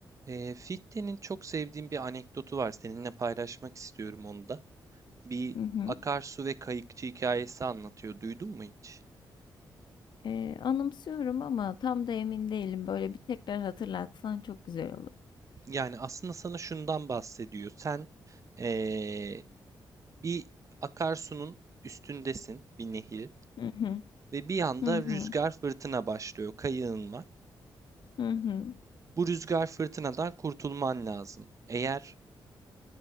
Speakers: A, on the right; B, on the left.
A: Ee, Fichte'nin çok sevdiğim bir anekdotu var. Seninle paylaşmak istiyorum onu da. Bir
B: Hı hı.
A: akarsu ve kayıkçı hikayesi anlatıyor. Duydun mu hiç?
B: Eee, anımsıyorum ama tam da emin değilim. Böyle bir tekrar hatırlatsan çok güzel olur.
A: Yani aslında sana şundan bahsediyor. Sen ee, bir akarsunun üstündesin, bir nehir
B: Hı hı.
A: ve bir anda
B: Hı hı.
A: rüzgar fırtına başlıyor. Kayığın var.
B: Hı hı.
A: Bu rüzgar fırtınadan kurtulman lazım. Eğer